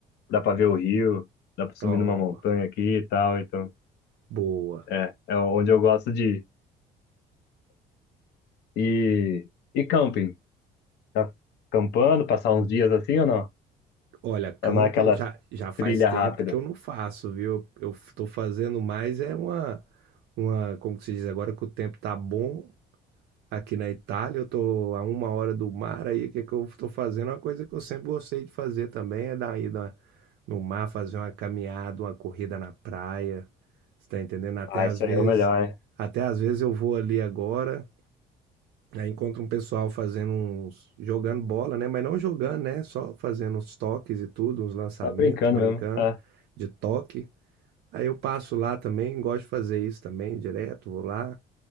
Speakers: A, on the left; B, on the right.
A: dá pra ver o rio, dá pra subir
B: Ó,
A: numa montanha aqui e tal. Então.
B: boa.
A: É, é onde eu gosto de ir. E, e camping? Tá campando, passar uns dias assim ou não?
B: Olha, camping
A: Ou não é aquela
B: já, já faz
A: trilha
B: tempo
A: rápida?
B: que eu não faço, viu? Eu estou fazendo mais é uma, uma, como que se diz agora que o tempo tá bom aqui na Itália, eu tô a uma hora do mar aí, o que que eu estou fazendo? Uma coisa que eu sempre gostei de fazer também é dar uma ida no mar, fazer uma caminhada, uma corrida na praia, você tá entendendo? Até
A: Ah,
B: às
A: isso
B: vezes,
A: aí é o melhor, é.
B: até às vezes eu vou ali agora. Aí encontra um pessoal fazendo uns jogando bola, né? Mas não jogando, né? Só fazendo uns toques e tudo, uns lançamentos,
A: Tá brincando
B: brincando
A: mesmo. É.
B: de toque. Aí eu passo lá também, gosto de fazer isso também, direto, vou lá.